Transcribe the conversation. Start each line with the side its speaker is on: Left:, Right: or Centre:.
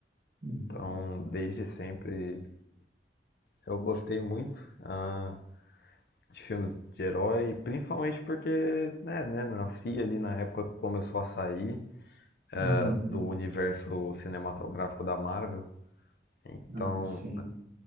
Right: Uhum.
Left: Então, desde sempre, eu gostei muito ah, de filmes de herói, principalmente porque, né, né, nasci ali na época que começou a sair
Right: Uhum.
Left: ah, do universo cinematográfico da Marvel. Então,
Right: Ah, sim.